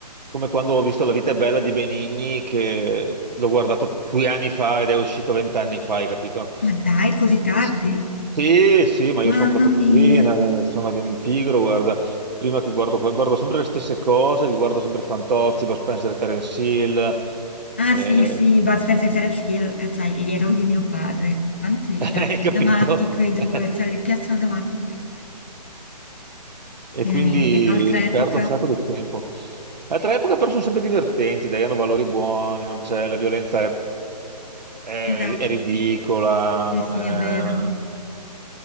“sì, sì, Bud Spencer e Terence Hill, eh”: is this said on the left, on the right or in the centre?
Left